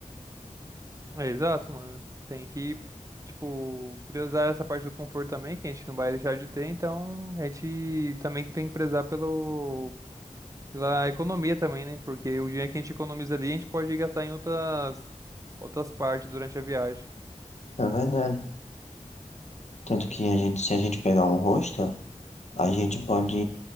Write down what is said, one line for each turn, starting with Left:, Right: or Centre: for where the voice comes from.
Right: É, exato, mano. Tem que, tipo, priorizar essa parte do conforto também, que a gente não vai deixar de ter, então a gente também tem que prezar pelo, pela economia também, né? Porque o dinheiro que a gente economiza ali, a gente pode gastar em outras, outras partes durante a viagem.
Left: É verdade. Tanto que a gente, se a gente pegar um hostel, a gente pode